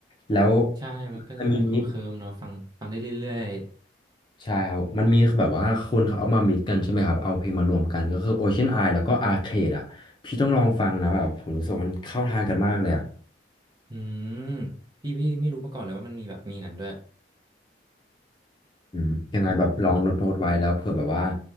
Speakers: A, on the left; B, on the right.
A: แล้ว
B: ใช่ มันก็จะแบบเคิมๆเนาะฟังฟังได้เรื่อย
A: มันมีมิก ใช่ครับ มันมีแบบว่าคนเขาเอามามิกกันใช่ไหมครับเอาเพลงมารวมกันก็คือ Ocean Eye แล้วก็ Arcade อ่ะพี่ต้องลองฟังนะแบบผมรู้สึกว่ามันเข้าทางกันมากเลยอ่ะ
B: ๆอืมพี่พี่ไม่รู้มาก่อนเลยว่ามันมีแบบมีอย่างนั้นด้วย
A: อืมยังไงแบบลองโน้ตโน้ตไว้แล้วเผื่อแบบว่า